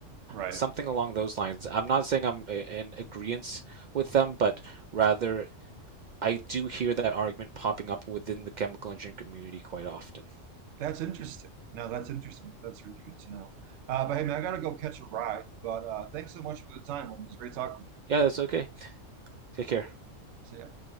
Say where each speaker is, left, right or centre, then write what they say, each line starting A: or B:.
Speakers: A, on the right; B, on the right.
A: Right.
B: Something along those lines. I'm not saying I'm i- in agreement with them, but rather I do hear that argument popping up within the chemical engineering community quite often.
A: That's interesting. No, that's interesting. That's really good to know. Uh, but hey, man, I gotta go catch a ride. But uh, thanks so much for the time, Lynn. It was great talking with you.
B: Yeah, that's okay. Take care.
A: See ya.